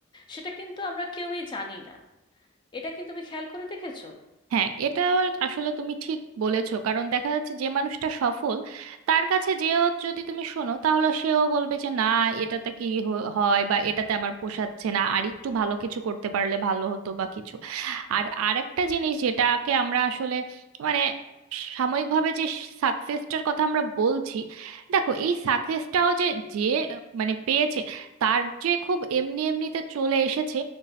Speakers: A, on the left (about 20°); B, on the right (about 85°).
A: সেটা কিন্তু আমরা কেউই জানি না এটা কি তুমি খেয়াল করে দেখেছো
B: হ্যাঁ এটা আসলে তুমি ঠিক বলেছো কারণ দেখা যাচ্ছে যে মানুষটা সফল তার কাছে যেও যদি তুমি শোনো তাহলে সেও বলবে যে না এটাতে কি হ- হয় বা এটাতে আমার পোষাচ্ছে না আর একটু ভালো কিছু করতে পারলে ভালো হতো বা কিছু আর আরেকটা জিনিস যেটাকে আমরা আসলে মানে সাময়িকভাবে যে সাকসেসটার কথা আমরা বলছি দেখো এই সাকসেসটাও যে যে মানে পেয়েছে তার যে খুব এমনি এমনিতে চলে এসেছে